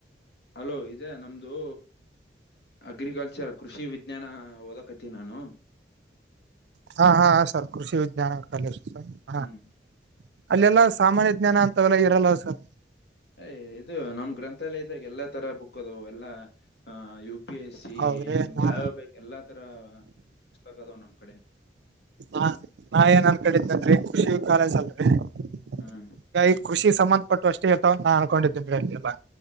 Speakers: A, on the left; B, on the right.
A: ಹಲೋ ಇದೆ ನಮ್ದು ಅಗ್ರಿಕಲ್ಚರ್ ಕೃಷಿ ವಿಜ್ಞಾನ ಓದಕತಿ ನಾನು.
B: ಹಾ ಹಾ ಸರ್ ಕೃಷಿ ವಿಜ್ಞಾನ ಕಾಲೇಜು ಸರ್ ಹ
A: ಹ್ಮ್
B: ಅಲ್ಲೆಲ್ಲಾ ಸಾಮಾನ್ಯ ಜ್ಞಾನ ಅಂತ್ <unintelligible> ಇರಲ್ಲ ಸರ್.
A: ಅಯ್ ಇದು ನಮ್ ಗ್ರಂಥಾಲಯದಾಗ ಎಲ್ಲಾ ತರ ಬುಕ್ ಅದವು ಎಲ್ಲಾ ಅ <unintelligible> ಪಿ ಎಸ್ ಸಿ
B: ಹೌದ್ರಿ
A: ನಿಮ್ಗೆ
B: ನಾ
A: ಯಾವ್ಯಾವ ಬೇಕ್ ಎಲ್ಲಾ ತರ ಪುಸ್ತಕ ಅದಾವ ನಮ್ ಕಡೆ.
B: ಹಾ ನಾ ಏನ್ ಅಂದ್ಕೊಂಡ್ ಇದನ ಅಂದ್ರೆ ಕೃಷಿ <unintelligible>
A: ಹ್ಮ್
B: ಈ ಕೃಷಿ ಸಂಬಂಧಪಟ್ಟು ಅಷ್ಟೇ ಇರ್ತಾವ ನಾನ್ ಅನ್ಕೊಂಡಿದ್ದೇನ್ ರೀ ಅಲ್ಲಿ ಎಲ್ಲ